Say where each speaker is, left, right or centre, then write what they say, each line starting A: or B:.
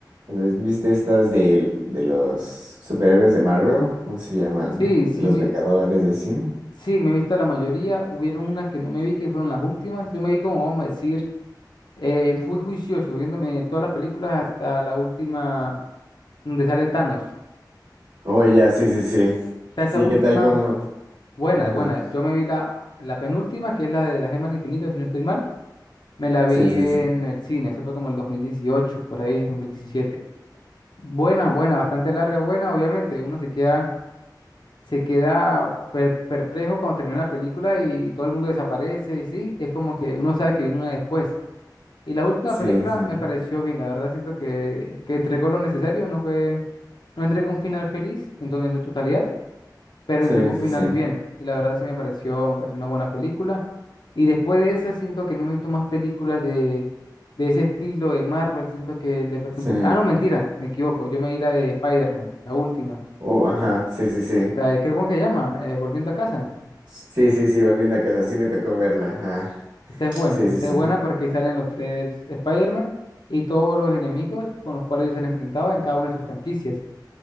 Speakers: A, on the right; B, on the left.
A: Tal vez viste estas de, de los superhéroes de Marvel, ¿cómo se llaman?
B: Sí, sí
A: De los
B: me,
A: Vengadores y así.
B: sí, me he visto la mayoría. Hubieron unas que no me vi, que fueron las últimas. Yo me vi como, vamos a decir, eh, fui juicioso viéndome todas las películas hasta la última donde sale Thanos.
A: Oh, ya, sí, sí, sí.
B: Está esa
A: Sí,
B: última,
A: ¿qué tal como?
B: buena,
A: Ajá.
B: buena. Yo me vi la, la penúltima, que es la de la gema del infinito, si no estoy mal. Me la vi
A: Sí, sí,
B: en
A: sí.
B: el cine, eso fue como el 2018, por ahí, 2017. Buena, buena, bastante larga, buena, obviamente. Uno se queda, se queda per- perplejo cuando termina la película y todo el mundo desaparece y sí, es como que uno sabe que vino una después. Y la última
A: Sí,
B: película
A: sí.
B: me pareció bien, la verdad siento que, que entregó lo necesario, no fue, no entregó un final feliz en, to- en su totalidad, pero
A: Sí,
B: entré con un
A: sí,
B: final
A: sí.
B: bien. Y la verdad sí me pareció, me pareció una buena película. Y después de esa siento que no he visto más películas de, de ese estilo de Marvel. Siento que le perdí
A: Sí.
B: un poco. Ah, no, mentira, me equivoco. Yo me vi la de Spider-Man, la última.
A: Oh, ajá. Sí, sí, sí.
B: La de, creo, ¿cómo es que se llama? Eh, Volviendo a casa.
A: Sí, sí, sí, volviendo a casa, sí me tocó verla, ajá.
B: Esa es buena,
A: Sí, sí,
B: esa
A: sí.
B: es buena porque ahí salen los tres Spider-Man y todos los enemigos con los cuales ellos se han enfrentado en cada una de sus franquicias.